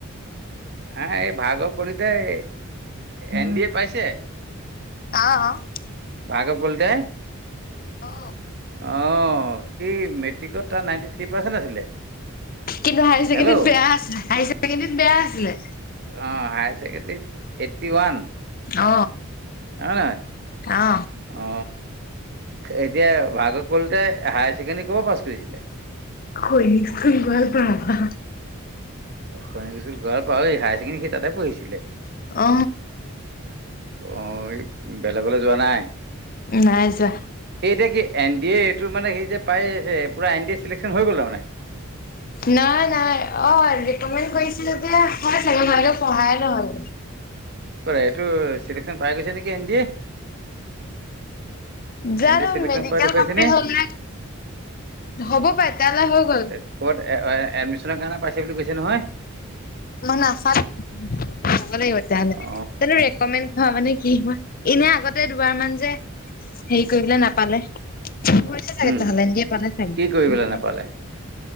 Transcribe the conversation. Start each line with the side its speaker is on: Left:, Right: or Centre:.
Right: হে এই ভাৰ্গব কলিতাই এন ডি এ পাইছে?
Left: অ।
Right: ভাৰ্গৱ কলিতাই?
Left: অ।
Right: অ সি মেট্ৰিকত তাৰ নাইনটি থ্ৰী পাৰ্চেন্ট আছিলে।
Left: কিন্তু হায় ছেকেণ্ডৰীত
Right: হেল্ল' অ
Left: বেয়া আছিল হাই ছেকেণ্ডৰীত বেয়া আছিলে।
Right: অ হায়াৰ ছেকেণ্ডৰীত এইট্টি ওৱান।
Left: অ।
Right: হয়নে নহয়?
Left: অ
Right: অ এতিয়া ভাৰ্গৱ কলিতাই হায়াৰ ছেকেণ্ডৰী ক'ৰপা পাছ কৰিছিলে?
Left: সৈনিক স্কুল গোৱালপাৰাৰ পৰা।
Right: সৈনিক স্কুল গোৱালপাৰা অই সি হায় ছেকেণ্ডেৰী তাতে পঢ়িছিলে?
Left: অ।
Right: অ এই বেলেগলৈ যোৱা নাই?
Left: নাই যোৱা।
Right: এই এতিয়া কি এন ডি এ এইটো মানে সেই যে পাইছে পূৰা এন ডি এ চিলেকশ্যন হৈ গ'ল তাৰমানে
Left: নাই -নাই অ ৰিকমেণ্ড কৰিছিলে যে হয় চাগে পঢ়াই নহল
Right: এইটো চিলেকশচন পাই গৈছে নেকি N D A
Left: জানো?
Right: N D A চিলেকশ্যন
Left: মেডিকেল
Right: পাই দেখুৱাইছে
Left: কমপ্লিট হল নে হ'ব পাই তেতিয়াহলে হৈ গ'ল।
Right: ক'ত এ এডমিশনৰ কাৰণে পাইছে বুলি কৈছে নহয়।
Left: মই নাচালোঁ চাব লাগিব তেতিয়াহলে
Right: অ
Left: কিন্তু ৰেকমেণ্ হয় মানে কি হয় এনে আগতে দুবাৰ মান যে হেৰি কৰি পেলে নাপালে চাগে
Right: উম
Left: তেতিয়া হ'লে এন্ দি এ পালে চাগে
Right: কি কৰি পেলাই নাপালে